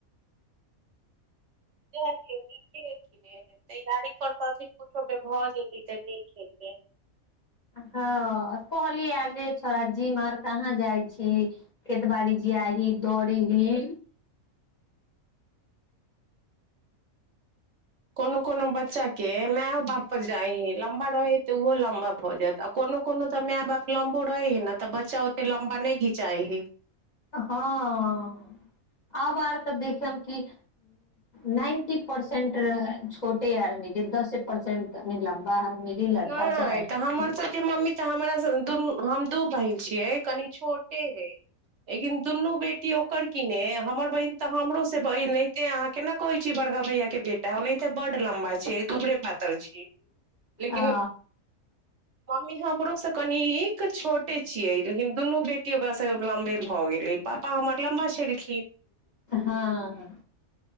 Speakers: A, on the right; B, on the left.
A: जा दियो नीके छी ने तैयारी करतथिन किुछोमे भऽ जेतीै तऽ नीक हेतै
B: हँ कहलियै आ जेे छोड़ जीम आर कहाँ जाइ छी खेतबाड़ी जियाही दौड़ही
A: कोनो कोनो बच्चा कें माओ बाप जाइ हइ लम्बा रहै तऽ ओहो लमबा भ जायत आ कोनो कोनो त माय बाप लमबो रहै ही ने त बच्चायोत लम्बा नहि घिचाए हे
B: हँ आब आर तऽ देखब कि नाइन्टी परसेंट छोटे आरमे जे दसे परसेंटनि लम्बा आदमी लड़का
A: नहि
B: चाहे लड़की
A: तऽ हमर सबके मम्मी तऽ हमर दुनू हम दू बहन छियै कनि छोटे हे लेकिन दुनू बेटी ओकर कि ने हमर बहिन तऽ हमरो से बहि एते अहाँ केना कहैत छीिय बड़का भैयाक के बेटा ओनाहिते बड्ड लम्बा छै दुबरे पातर छीियै लेकिन
B: आ
A: हमी हमरो से कनिक छोटे छियै लेकिन दुनू बेटी ओकरा से लम्बे भऽ गेले प पापा हमर लम्बा छलखिर
B: हँ